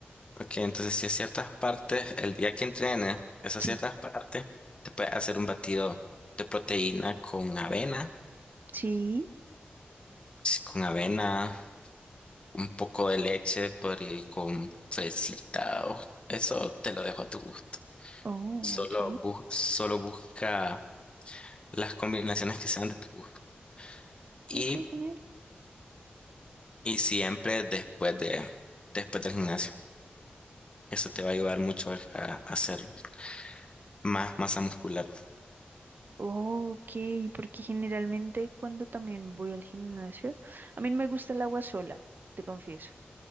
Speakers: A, on the left; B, on the right.
A: Porque entonces si es ciertas partes, el día que entrenes esas
B: Sí.
A: ciertas partes, te puedes hacer un batido de proteína con avena,
B: Sí.
A: sí, con avena un poco de leche por ahí con fresita o eso te lo dejo a tu gusto.
B: Oh,
A: Solo,
B: ok.
A: bu- solo busca las combinaciones que sean de tu gusto. Y,
B: Ok, genial.
A: y siempre después de, después del gimnasio. Eso te va a ayudar mucho a, a hacer más masa muscular.
B: Oh, Ok, porque generalmente cuando también voy al gimnasio, a mí no me gusta el agua sola, te confieso.